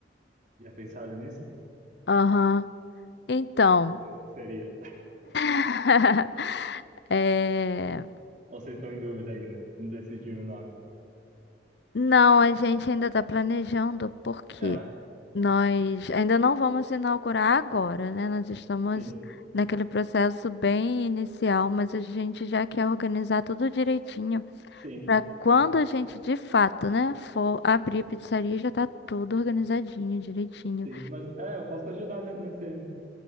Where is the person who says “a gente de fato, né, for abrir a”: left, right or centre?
Left